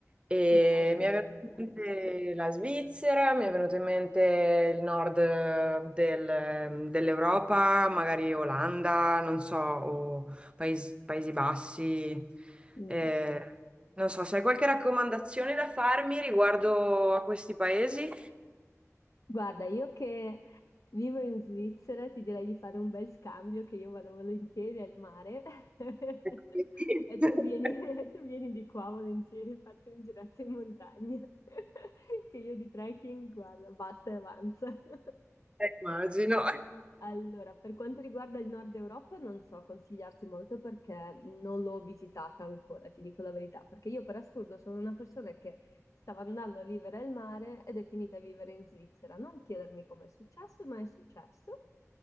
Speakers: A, on the right; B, on the left.
A: E
B: Meraviglia.
A: mi è venuta in mente la Svizzera, mi è venuto in mente il nord eh, del- ehm, dell'Europa, magari Olanda, non so, o Paesi, Paesi Bassi.
B: Mm.
A: Eh, non so, se hai qualche raccomandazione da farmi riguardo a questi paesi?
B: Guarda, io che vivo in Svizzera ti direi di fare un bel scambio che io vado volentieri al mare <laughs>
A: <laughs>
B: e tu vieni, <laughs> tu vieni di qua volentieri, fatti un giretto in montagna, <laughs> che io di trekking, guarda, basta e avanza. <laughs>
A: Eh, Immagino. <laughs>
B: Allora, per quanto riguarda il Nord Europa, non so consigliarti molto perché non l'ho visitata ancora, ti dico la verità, perché io per assurdo sono una persona che stava andando a vivere al mare ed è finita a vivere in Svizzera. Non chiedermi come è successo, ma è successo.